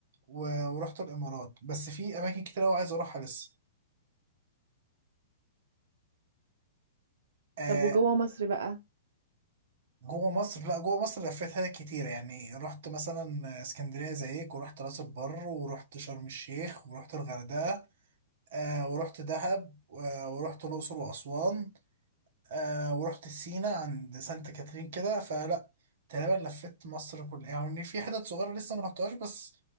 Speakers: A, on the right; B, on the right.
A: و- ورحت الامارات بس في اماكن كتير قوي عايز اروحها لسه آه
B: طب وجوه مصر بقى
A: جوه مصر لا جوه مصر لفيتها كتير يعني رحت مثلا آه، اسكندرية زيك ورحت راس البر ورحت شرم الشيخ ورحت الغردقة آه ورحت دهب آه ورحت الأقصر وأسوان آه ورحت سينا عند سانت كاترين كده فلا تقريبا لفيت مصر كلها يعني في حتت صغيرة لسه ما رحتهاش بس